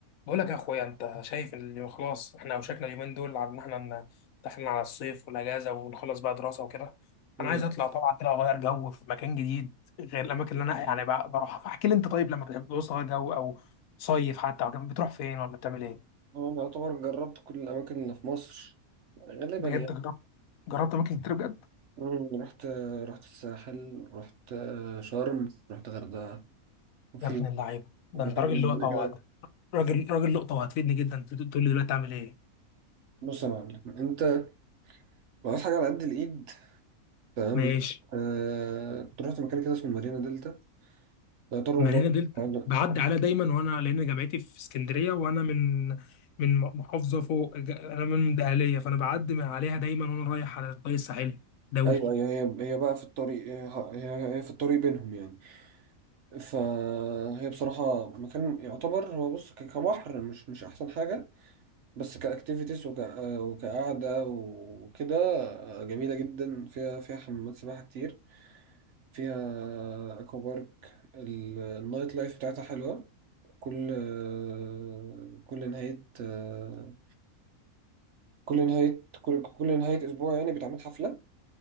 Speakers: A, on the left; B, on the right.
A: بقول لك يا اخويا انت شايف ان اليوم- خلاص احنا اوشكنا اليومين دول على ان احنا ن- داخلين على الصيف والاجازه ونخلص بقى دراسه وكده
B: مم.
A: انا عايز اطلع طبعا كده اغير جو في مكان جديد غير الاماكن اللي انا يعني ب- بروحها فاحكي لي انت طيب لما بتعوز تغير جو او صيف حتى او كده بتروح فين ولا بتعمل ايه
B: أنا أعتبر جربت كل الأماكن اللي في مصر غالبا
A: بجد
B: يعني
A: جربت جربت اماكن كتير بجد
B: مم. رحت رحت الساحل رحت آه، شرم رحت غردقة وفي
A: يا ابن اللعيبه ده
B: مكان
A: انت راجل
B: جنبنا
A: لقطه وهت
B: كده
A: راجل راجل لقطه وهتفيدني جدا تقول لي دلوقتي اعمل ايه
B: بص يا معلم أنت لو عايز حاجة على قد الإيد تمام
A: ماشي
B: آه... كنت رحت مكان كده اسمه مارينا دلتا يعتبر من
A: مارينا
B: جوه
A: دلتا
B: أيوه
A: بعدي عليها دايما وانا لان جامعتي في اسكندريه وانا من من محافظه فوق ج- انا من دهليه فانا بعدي من عليها دايما وانا رايح على الطريق الساحلي دولي
B: أيوه هي هي بقى في الطريق هي, هي هي في الطريق بينهم يعني فهي بصراحة مكان يعتبر هو بص ك- كبحر مش مش أحسن حاجة بس كاكتيفيتيز وك... آه، وكقعدة وكده آه، جميلة جدا فيها فيها حمامات سباحة كتير فيها اكوا بارك ال- النايت لايف بتاعتها حلوة كل آه، كل نهاية آه، كل نهاية كل كل نهاية أسبوع يعني بيتعمل حفلة